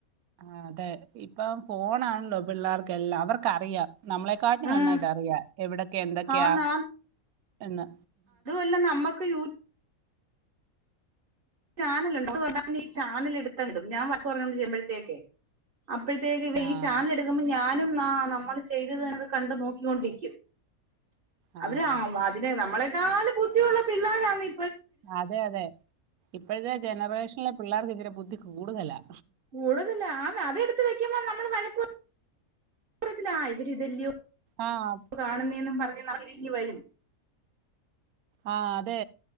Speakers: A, on the right; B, on the right.
A: ആ അതെ ഇപ്പം ഫോൺണല്ലോ പിള്ളേർക്കെല്ലാം അവർക്കറിയാം നമ്മളെ കാട്ടി
B: ഉം
A: നന്നായിട്ട് അറിയാ എവിടൊക്കെ എന്തൊക്കെയാ
B: ആന്ന്
A: എന്ന്
B: ല്ല നമ്മക്ക് യൂട്യൂബി ചാനൽ ഉണ്ട് എന്തുപറഞ്ഞാലും ഈ ചാനൽ എടുത്തങ്ങിടും ഞാൻ വഴക്ക് പറഞ്ഞോണ്ട് ചെല്ലുമ്പോൾ തേക്ക് അപ്പോഴത്തേക്ക്
A: ആഹ്
B: ഈ ചാനൽ എടു ഞാനും ആ നമ്മള് ചെയ്തത് കണ്ട് നോക്കികൊണ്ടിരിക്കും.
A: ആഹ്
B: അവര് അതിന് നമ്മളെക്കാൾ ബുദ്ധിയുള്ള പിള്ളേരന്നേ
A: അതെ അതെ ഇപ്പോഴത്തെ ജനറേഷനിലെ പിള്ളേർക്ക് ഇച്ചരി ബുദ്ധി കൂടുതലാ.
B: കൂടുതല അതെടുത്ത് വെക്കുമ്പോ നമ്മൾ വഴക്ക് പറയത്തിലെ ഇവര് ഇതല്ലയോ
A: ആ ആഹ്
B: കാണുന്നെന്നും പറഞ്ഞ് അവരിങ്ങ് വരും.
A: ആ അതെ